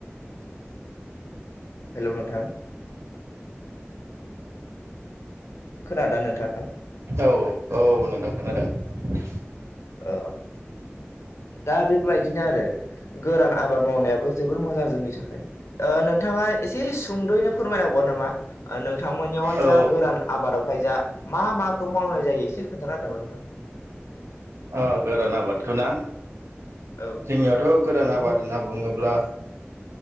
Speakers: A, on the left; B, on the right.
A: हेलौ नोंथां । खोनादोना नोंथां?
B: औ औ औ नोंथां खोनादों ।
A: ओ दा बेबायदिनो आरो । गोरान आबाद मावनायाबो जोबोर मोजां जोंनि थाखाय ओ नोंथाङा एसे सुंदयैनो फोरमायनांगौ <unintelligible> नामा ओ नोंथांमोननियावहाय
B: औ
A: जा गोरान आबादाव फाय जा मा माखौ मावनाय जायो एसे खोनथाना होदो नामा नोंथां?
B: अ गोरान आबादखौ ना?
A: औ
B: जोंनियावथ गोरान
A: नोंथांमोन
B: आबाद होनना बुङोब्ला